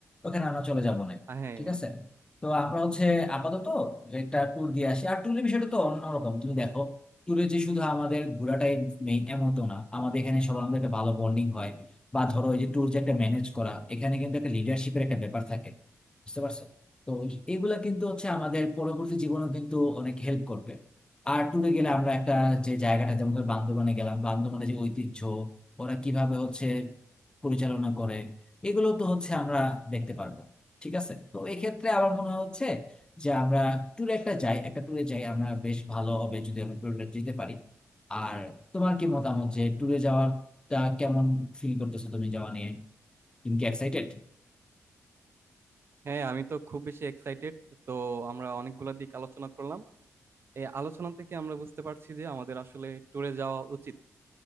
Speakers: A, on the left; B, on the right.
A: ওখানে আমরা চলে যাবো না
B: হ্যাঁ
A: ঠিক আছে তো আমরা হচ্ছে আপাতত একটা ট্যুর দিয়ে আসি আর ট্যুরের বিষয়টা তো অন্যরকম তুমি দেখো ট্যুরে যে শুধু আমাদের ঘোরাটাই মেইন এমন তো না আমাদের এখানে সবার মধ্যে একটা ভালো বন্ডিং হয় বা ধরো এই যে ট্যুর যে একটা ম্যানেজ করা এখানে কিন্তু একটা লিডারশিপের একটা ব্যাপার থাকে বুঝতে পারছো তো এগুলা কিন্তু হচ্ছে আমাদের পরবর্তী জীবনে কিন্তু অনেক হেল্প করবে আর ট্যুরে গেলে আমরা একটা যে জায়গাটা যেমন ধর বান্দরবানে গেলাম বান্দরবানে যে ঐতিহ্য ওরা কিভাবে হচ্ছে পরিচালনা করে এগুলো তো হচ্ছে আমরা দেখতে পারবো ঠিক আছে তো এক্ষেত্রে আমার মনে হচ্ছে যে আমরা ট্যুরে একটা যাই একটা ট্যুরে যাই আমরা বেশ ভালো হবে যদি আমরা ট্যুরে যেতে পারি আর তোমার কি মতামত যে ট্যুরে যাওয়াটা কেমন ফিল করতেছো তুমি যাওয়া নিয়ে তুমি কি এক্সাইটেড
B: হ্যাঁ আমি তো খুব বেশি এক্সাইটেড তো আমরা অনেকগুলা দিক আলোচনা করলাম এই আলোচনা থেকে আমরা বুঝতে পারছি যে আমাদের আসলে ট্যুরে যাওয়া উচিত